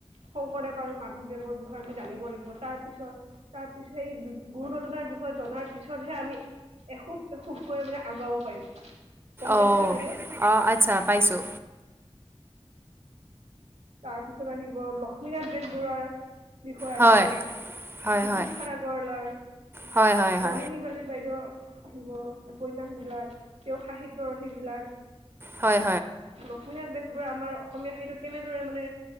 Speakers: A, on the right; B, on the right.
A: শংকৰদেৱ আৰু মাধৱদেৱৰ বিষয়ে আমি জানিব লাগিব। তাৰ পিছত তাৰ পিছত এই গুৰুদুজনাৰ বিষয়ে জনাৰ পিছতহে আমি এখোব এখোবকৈ মানে আগুৱাব পাৰিম। গম পাইছেনে
B: অ'।
A: বাইদেউ?
B: আহ আচ্ছা পাইছো।
A: তাৰ পিছত আহিব লক্ষ্মীনাথ বেজবৰুৱাৰ -বিষয় আহিব,
B: হয় হয়
A: জ্যোতিপ্ৰসাদ
B: হয়
A: আগৰৱালাৰ,
B: হয় হয় হয়
A: নলিনী ৱালা বাইদেউ, -আহিব, উপন্যাস বিলাক। তেওঁ সাহিত্যৰথী বিলাক।
B: হয়
A: লক্ষ্মীনাথ বেজবৰুৱা আমাৰ অসমীয়া সাহিত্যই কেনেদৰে মানে,